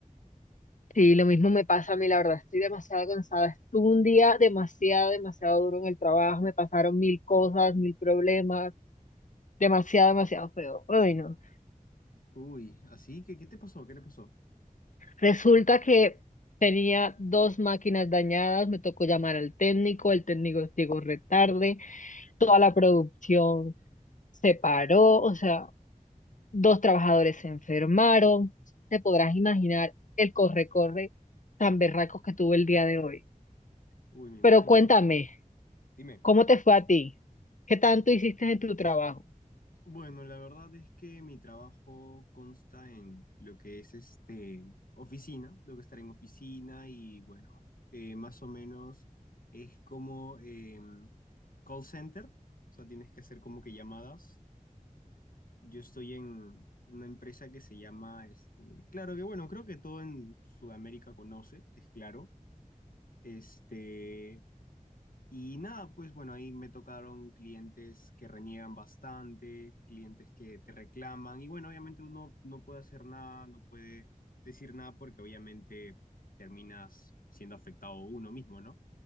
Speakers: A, on the left; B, on the left.
A: Sí, lo mismo me pasa a mí, la verdad, estoy demasiado cansada. Estuve un día demasiado, demasiado duro en el trabajo, me pasaron mil cosas, mil problemas, demasiado, demasiado feo. Ay, no.
B: Uy, así que, ¿qué te pasó? ¿Qué te pasó?
A: Resulta que tenía dos máquinas dañadas, me tocó llamar al técnico, el técnico llegó retarde, toda la producción se paró, o sea, Dos trabajadores se enfermaron. Te podrás imaginar el corre-corre tan berraco que tuve el día de hoy.
B: Uy, me imagino.
A: Pero cuéntame,
B: Dime.
A: ¿cómo te fue a ti? ¿Qué tanto hiciste en tu trabajo?
B: Bueno, la verdad es que mi trabajo consta en lo que es este oficina, tengo que estar en oficina y bueno, eh, más o menos es como eh, call center, o sea, tienes que hacer como que llamadas. Yo estoy en una empresa que se llama, este, claro que bueno, creo que todo en Sudamérica conoce, que es claro, este, y nada, pues bueno, ahí me tocaron clientes que reniegan bastante, clientes que te reclaman y bueno, obviamente uno no puede hacer nada, no puede decir nada porque obviamente terminas siendo afectado uno mismo, ¿no?